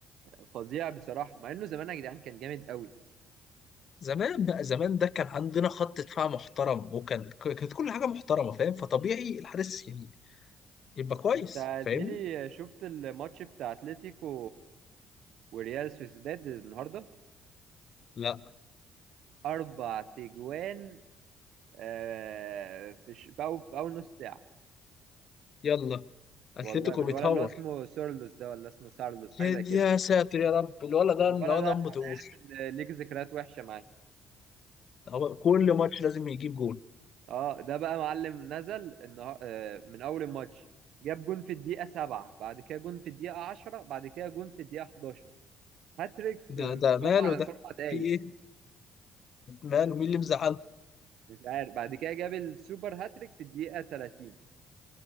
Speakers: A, on the right; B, on the left.
A: فظيع بصراحة مع انه زمان يا جدعان كان جامد قوي
B: زمان بقى زمان ده كان عندنا خط دفاع محترم وكان ك- كانت كل حاجة محترمة فاهم فطبيعي الحارس يعني يبقى كويس
A: انت يا
B: فاهمني
A: زميلي شفت الماتش بتاع اتلتيكو وريال سوسيداد النهاردة
B: لا
A: اربع تجوان آه، في ش... في, أول... في اول نص ساعة
B: يلا أتلتيكو
A: والله من الولد
B: بيتهور
A: اللي هو اسمه سورلوس ده ولا اسمه سارلوس حاجة
B: يا
A: زي كده
B: يا ساتر يا رب الولد ده
A: الولد
B: الولد
A: ده
B: دمه تقيل
A: كان ليك ذكريات وحشة معاه
B: هو كل ماتش لازم يجيب جول
A: اه ده بقى معلم نزل النها... آه، من اول الماتش جاب جون في الدقيقة سبعة بعد كده جون في الدقيقة عشرة بعد كده جون في الدقيقة 11 هاتريك في
B: ده ده
A: في
B: ماله
A: اربع
B: ده
A: في اربع دقايق
B: في ايه ماله مين اللي مزعله
A: مش عارف بعد كده جاب السوبر هاتريك في الدقيقة 30